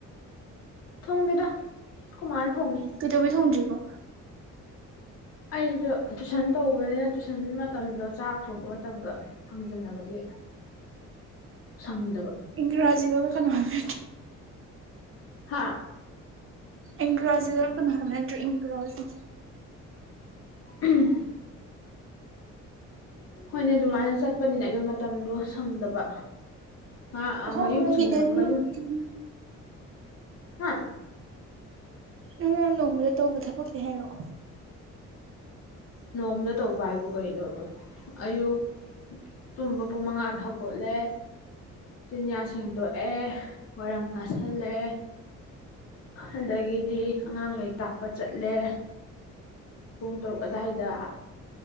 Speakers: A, on the left; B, on the right.
A: ꯊꯣꯡꯗꯦꯗ ꯑꯈꯣꯏ ꯃꯥꯅ ꯊꯣꯡꯉꯤ
B: ꯀꯩꯗꯧꯕꯩ ꯊꯣꯡꯗ꯭ꯔꯤꯕ
A: ꯑꯩꯗꯣ ꯇꯨꯏꯁꯟ ꯇꯧꯕꯅꯤꯅ ꯇꯨꯏꯁꯟ ꯃꯠ ꯃꯇꯝꯗꯣ ꯆꯥꯛ ꯊꯣꯡꯕ ꯃꯇꯝꯒ ꯐꯪꯖꯟꯅꯕꯒꯤ ꯁꯪꯗꯕ
B: ꯏꯪꯒ꯭ꯔꯥꯖꯤꯗꯔ
A: ꯑꯗꯨꯒꯤ
B: ꯀꯩꯅꯣ ꯍꯥꯏꯕ
A: ꯍꯥ
B: ꯏꯪꯒ꯭ꯔꯥꯖꯤ ꯂꯣꯟꯂꯛꯀꯅꯣ ꯍꯥꯏꯕ ꯅꯠꯇ꯭ꯔꯣ ꯏꯪꯒ꯭ꯔꯥꯖꯤ
A: ꯎꯝ ꯍꯣꯏꯅꯦ ꯑꯗꯨꯃꯥꯏꯅ ꯆꯠꯄꯅꯤꯅ ꯑꯩꯗꯣ ꯃꯇꯝꯗꯣ ꯁꯪꯗꯕ ꯑ
B: ꯍꯣ
A: ꯑ ꯃꯌꯨꯝ
B: ꯅꯪꯒꯤ ꯗꯦꯂꯤ
A: ꯃꯌꯨꯝ
B: ꯔꯨꯇꯤꯟ
A: ꯍꯥ
B: ꯅꯪꯅ ꯅꯣꯡꯃꯗ ꯇꯧꯕ ꯊꯕꯛꯀꯩ ꯍꯥꯏꯔꯛꯑꯣ
A: ꯅꯣꯡꯃꯗ ꯇꯧꯕ ꯍꯥꯏꯕꯨ ꯀꯩꯅꯣ ꯑꯌꯨꯛ ꯇꯨꯝꯕ ꯄꯨꯡ ꯃꯉꯥꯗ ꯊꯥꯛ ꯀꯣꯠꯂꯦ ꯆꯤꯟꯌꯥ ꯁꯦꯡꯇꯣꯛꯑꯦ ꯋꯥꯏꯔꯝ ꯇꯥꯁꯜꯂꯦ ꯑꯗꯒꯤꯗꯤ ꯑꯉꯥꯡ ꯂꯥꯏꯔꯤꯛ ꯇꯥꯛꯄ ꯆꯠꯂꯦ ꯄꯨꯡ ꯇꯔꯨꯛ ꯑꯗꯥꯏꯗ